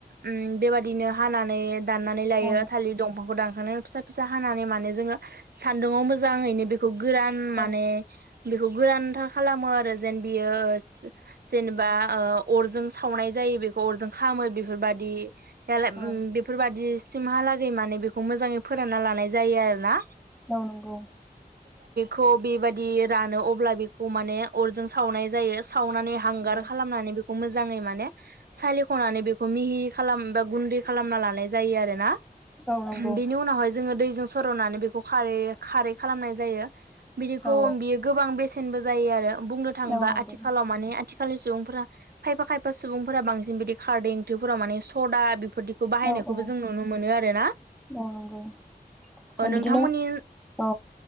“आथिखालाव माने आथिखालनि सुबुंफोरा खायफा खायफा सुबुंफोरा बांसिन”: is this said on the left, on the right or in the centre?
Right